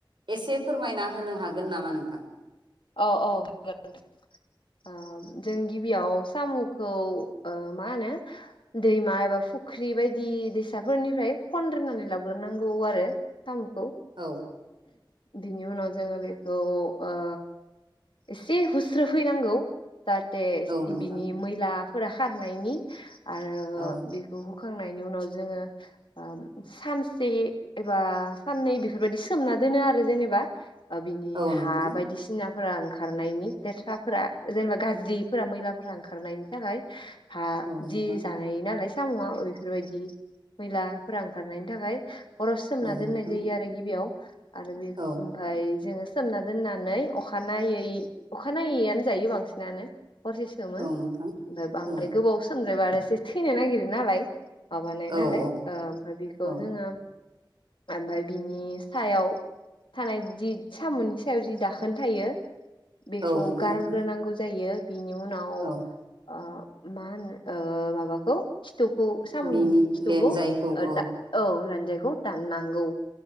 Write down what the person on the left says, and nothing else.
अह अह हागोन नोंथां। ओ जों गिबियाव सामुखौ ओ मा होनो दैमा एबा फुख्रि बायदि दैसाफोरनिफ्राय खनद्रोनानै लाबग्रोनांगौ आरो। सामुखौ।
बिनि उनाव जोङो बेखौ ओ एसे हुस्रोफैनांगौ जाहाथे
बिनि मैला फोरा खारनायनि आरो
बेखौ हुखांनायनि उनाव जोङो ओ सानसे एबा साननै बिफोरबायदि सोमना दोनो आरो जेने बा ओ बिनि
हा
बायदिसिना फोरा ओंखारनायनि, लेथ्राफोरा जेनेबा गाज्रिफोरा मैलाफोरा ओंखारनायनि थाखाय हा
जि
जानाय नालाय सामुुआ ओ इफोरबायदि मैलाफोरा ओंखारनायनि थाखाय। हराव सोमना
दोननाय जायो आरो गिबियाव आरो बे
ओमफ्राय जोङो सोमना दोननानै अखानायै अखानायैआनो जायो बांसिनानो हरसे सोमो ओमफाय
बांद्राय
गोबाव सोमद्रायबा आरो एसे थैनो नागिरो नालाय माबानाय
नालाय
ओमफाय बेखौ
जोङो ओमफाय बिनि सायाव थानाय जि साम'नि सायाव जि दाख ओन थायो बेखौ
गारग्रोनांगौ जायो बिनि उनाव ओ
मा होनो ओ माबाखौ थुखौ साम'नि
बे खिथुखौ
ओ
दा औ लान्जायखौ दाननांगौ